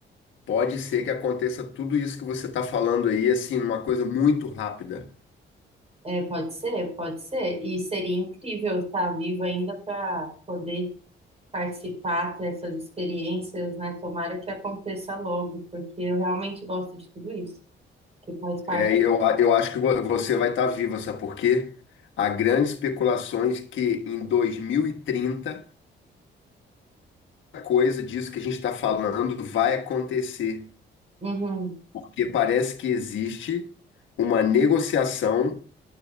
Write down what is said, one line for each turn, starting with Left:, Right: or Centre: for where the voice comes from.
Left: pode ser que aconteça tudo isso que você está falando aí, assim, uma coisa muito rápida.
Right: É, pode ser, pode ser. E seria incrível estar viva ainda para poder participar, ter essas experiências, né? Tomara que aconteça logo, porque eu realmente gosto de tudo isso, que faz parte.
Left: É, eu, a- eu acho que vo- você vai estar viva, sabe por quê? Há grandes especulações que em 2030 coisa disso que a gente está falando vai acontecer,
Right: Uhum.
Left: porque parece que existe uma negociação